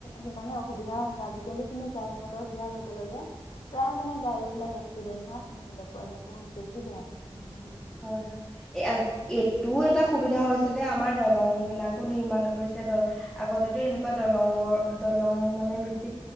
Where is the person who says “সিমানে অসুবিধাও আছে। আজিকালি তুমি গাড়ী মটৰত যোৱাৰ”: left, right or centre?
Left